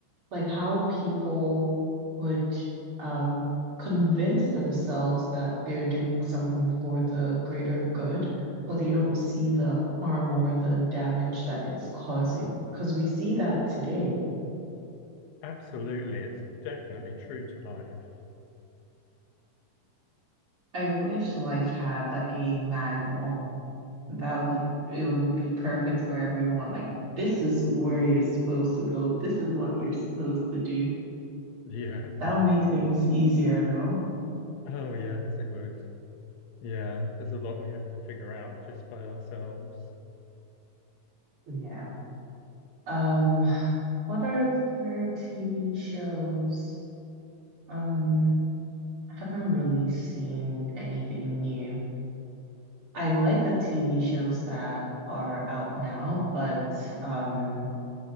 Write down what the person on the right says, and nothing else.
like how people would um, convince themselves that they're doing something for the greater good, but they don't see the harm or the damage that it's causing. Because we see that today.
I wish life had like a manual that would it would be perfect for everyone. Like this is where you're supposed to go. This is what you're supposed to do.
That would make things easier, no?
Yeah. Um, what are their TV shows? Um, I haven't really seen anything new. I like the TV shows that are out now, but um,